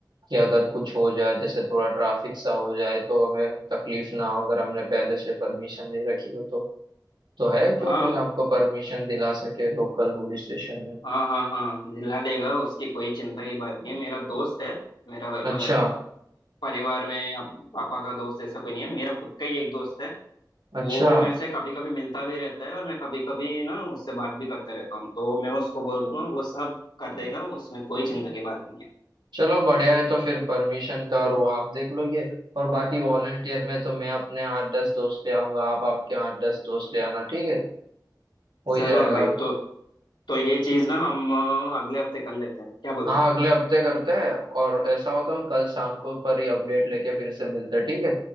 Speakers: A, on the right; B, on the left.
A: कि अगर कुछ हो जाए जैसे थोड़ा ट्रैफिक सा हो जाए तो हमें तकलीफ ना हो अगर हमने पहले से परमिशन ले रखी हो तो तो है जो
B: हाँ
A: कोई आपको परमिशन दिला सके लोकल पुलिस स्टेशन में
B: हाँ हाँ हाँ दिला देगा उसकी कोई चिंता की बात नहीं है मेरा दोस्त है मेरा मतलब
A: अच्छा
B: परिवार में या पापा का दोस्त ऐसा कोई नहीं है मेरा खुद का ही एक दोस्त है
A: अच्छा
B: वो मेरे से कभी कभी मिलता भी रहता है और मैं कभी कभी ना उससे बात भी करता रहता हूँ तो मैं उसको बोल दूंगा वो सब कर देगा उसमें कोई चिंता की बात नहीं है
A: चलो बढ़िया है तो फिर परमिशन का और वो आप देख लोगे और बाकी वॉलंटियर में तो मैं अपने आठ दस दोस्त ले आऊंगा आप आपके आठ दस दोस्त ले आना ठीक है हो ही
B: जरूर
A: जाएगा
B: भाई तो तो ये चीज ना हम अ, अगले हफ्ते कर लेते हैं क्या बोलते
A: हाँ अगले हफ्ते करते हैं और ऐसा हो तो हम कल शाम को पर ही अपडेट लेके फिर से मिलते हैं ठीक है